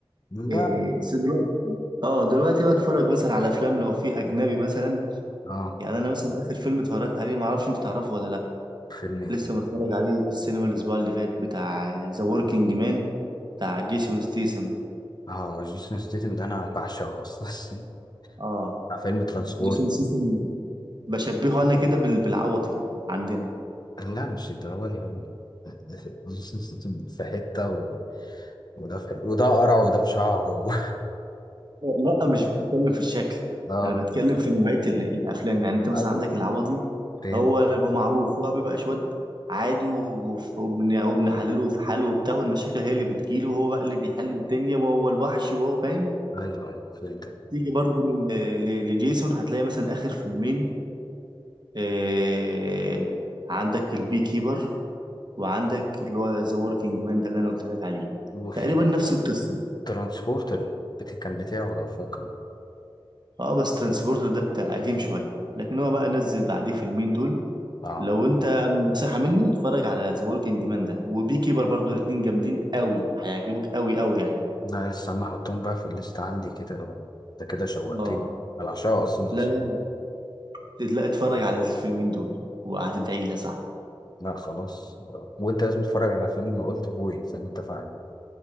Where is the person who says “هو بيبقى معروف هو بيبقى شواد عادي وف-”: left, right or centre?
Right